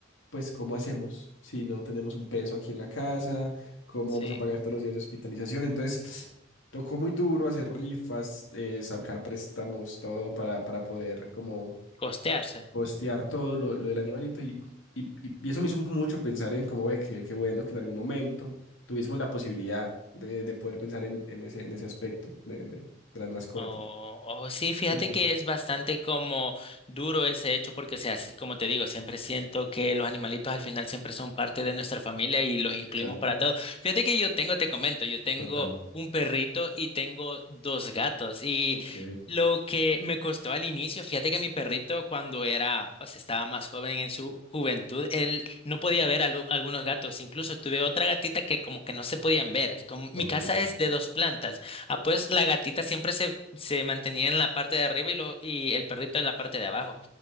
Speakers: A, on the left; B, on the left.
A: pues, ¿cómo hacemos si no tenemos un peso aquí en la casa? ¿Cómo
B: Sí.
A: vamos a pagar todos los días de hospitalización? Entonces, tocó muy duro hacer rifas, eh, sacar préstamos, todo para, para poder como
B: Costearse.
A: costear todo lo, lo del animalito y, y, y- y eso me hizo mucho pensar en cómo ve que, que bueno que en algún momento tuviésemos la posibilidad de, de poder pensar en, en ese, en ese aspecto de, de de las mascotas.
B: Oh, oh, oh, sí, fíjate
A: ¿Cierto?
B: que es bastante como duro ese hecho porque, o sea, si- como te digo, siempre siento que los animalitos al final siempre son parte de nuestra familia y los incluimos
A: Exacto.
B: para todo. Fíjate que yo tengo, te comento, yo tengo
A: Con Tam.
B: un perrito y tengo dos gatos y
A: Ok,
B: lo que me costó al inicio, fíjate que mi perrito cuando era, o sea, estaba más joven en su juventud, él no podía ver a lo- algunos gatos, incluso tuve otra gatita que como que no se podían ver. Es Como,
A: ok,
B: mi casa es de dos plantas. Ah, pues la gatita siempre se, se mantenía en la parte de arriba y, lo, y el perrito en la parte de abajo.